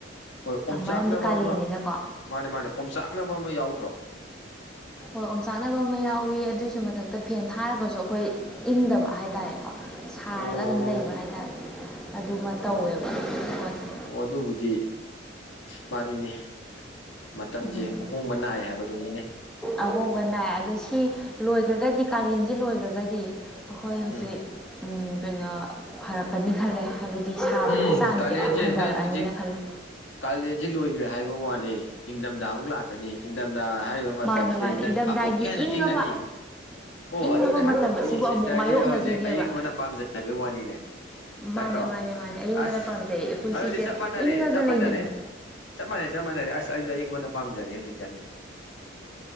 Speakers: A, on the left (about 80°); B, in the centre.
A: ꯍꯣꯏ ꯑꯣꯝꯆꯥꯛꯅꯕ
B: ꯃꯔꯝꯗꯤ ꯀꯥꯂꯦꯟꯅꯤꯅꯀꯣ
A: ꯑꯃ ꯃꯥꯅꯦ ꯃꯥꯅꯦ ꯑꯣꯝꯆꯥꯛꯅꯕ ꯑꯃ ꯌꯥꯎꯗ꯭ꯔꯣ
B: ꯍꯣꯏ ꯑꯣꯝꯆꯥꯛꯅꯕ ꯑꯃ ꯌꯥꯎꯋꯤ ꯑꯗꯨꯒꯤꯁꯨ ꯃꯊꯛꯇ ꯐꯦꯟ ꯊꯥꯔꯒꯁꯨ ꯑꯩꯈꯣꯏ ꯏꯪꯗꯕ ꯍꯥꯏꯇꯥꯔꯦꯀꯣ ꯁꯥꯔꯒ
A: ꯑꯣ
B: ꯑꯗꯨꯝ ꯂꯩꯕ ꯍꯥꯏꯇꯥꯔꯦ ꯑꯗꯨꯃ
A: ꯑꯣ
B: ꯇꯧꯋꯦꯕ ꯄꯣꯠꯁꯦ
A: ꯑꯣ ꯑꯗꯨꯕꯨꯗꯤ ꯃꯥꯅꯤꯅꯦ ꯃꯇꯝꯁꯦ
B: ꯎꯝ
A: ꯑꯍꯣꯡꯕ ꯅꯥꯏ ꯍꯥꯏꯕꯗꯨꯅꯤꯅꯦ
B: ꯑꯍꯣꯡꯕ ꯅꯥꯏ ꯑꯗꯣ ꯁꯤ ꯂꯣꯏꯈ꯭ꯔꯒꯗꯤ ꯀꯥꯂꯦꯟꯁꯤ ꯂꯣꯏꯈ꯭ꯔꯒꯗꯤ ꯑꯩꯈꯣꯏ ꯍꯧꯖꯤꯛ
A: ꯎꯝ
B: ꯀꯩꯅꯣ ꯐꯔꯛꯀꯅꯤ ꯈꯜꯂꯦ ꯍꯥꯏꯕꯗꯤ ꯁꯥꯕꯒꯤ
A: ꯎꯝ
B: ꯆꯥꯡꯁꯦ
A: ꯀꯥꯂꯦꯟꯁꯦ
B: ꯈꯔ ꯍꯟꯊꯔꯛꯑꯅꯤꯅ
A: ꯅꯪ ꯍꯧꯖꯤꯛ
B: ꯈꯜꯂꯦ
A: ꯀꯥꯂꯦꯟꯁꯤ ꯂꯣꯏꯈ꯭ꯔꯦ ꯍꯥꯏꯕ ꯋꯥꯅꯦ ꯏꯪꯗꯝꯗꯥ ꯑꯃꯨꯛ ꯂꯥꯛꯀꯅꯤ ꯏꯪꯗꯝꯗꯥ ꯍꯥꯏꯔꯤꯕ ꯃꯇꯝꯁꯤꯗꯩ
B: ꯃꯥꯅꯦ ꯃꯥꯅꯦ
A: ꯅꯪ
B: ꯏꯪꯊꯝꯊꯥꯒꯤ
A: ꯑꯃꯨꯛꯀ ꯍꯦꯟꯅ
B: ꯏꯪꯉꯕ
A: ꯏꯪꯉꯅꯤ ꯑꯣ
B: ꯏꯪꯉꯕ
A: ꯑꯗꯨꯅ ꯍꯥꯏꯕꯗꯤ
B: ꯃꯇꯝ ꯑꯁꯤꯕꯨ
A: ꯁꯤꯁꯇꯔꯖꯦ
B: ꯑꯃꯨꯛ ꯃꯥꯌꯣꯛꯅꯗꯣꯏꯅꯦꯕ
A: ꯍꯧꯖꯤꯛ ꯑꯌꯤꯡꯕꯅ ꯄꯥꯝꯖꯩ ꯍꯥꯏꯕꯩ ꯋꯥꯅꯤꯅꯦ ꯅꯠꯇ꯭ꯔꯣ
B: ꯃꯥꯅꯦ ꯃꯥꯅꯦ ꯃꯥꯅꯦ ꯑꯌꯤꯡꯕꯅ
A: ꯑꯁ
B: ꯄꯥꯝꯖꯩ ꯄꯨꯟꯁꯤꯁꯦ
A: ꯑꯗꯨꯗꯤ ꯆꯞ ꯃꯥꯟꯅꯔꯦ
B: ꯏꯪꯉꯒ
A: ꯆꯞ ꯃꯥꯟꯅꯔꯦ
B: ꯂꯩꯅꯤꯡꯉꯦ
A: ꯆꯞ ꯃꯥꯟꯅꯩ ꯆꯞ ꯃꯥꯟꯅꯩ ꯑꯁ ꯑꯩꯖꯨ ꯑꯏꯪꯕꯅ ꯄꯥꯝꯖꯔꯦ ꯍꯧꯖꯤꯛꯀꯥꯟꯗꯤ